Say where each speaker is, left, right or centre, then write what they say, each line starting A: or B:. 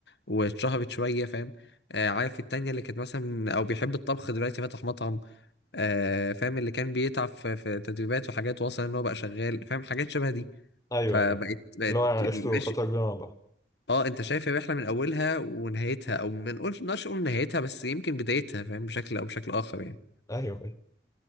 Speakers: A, on the left; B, on the left.
A: واتشهرت شويه فاهم آه، عارف التانية اللي كانت مثلا او بيحب الطبخ دلوقتي فاتح مطعم آه، فاهم اللي كان بيتعب في في تدريبات وحاجات واصل ان هو بقى شغال فاهم حاجات شبه دي
B: ايوه
A: فبقت
B: ايوه
A: بقت
B: اللي هو عشتوا
A: ماشي
B: فتره كبيره مع بعض
A: اه انت شايف الرحله من اولها ونهايتها او ما نقولش نقدرش نقول نهايتها بس يمكن بدايتها فاهم بشكل او بشكل اخر يعني
B: ايوه ايوه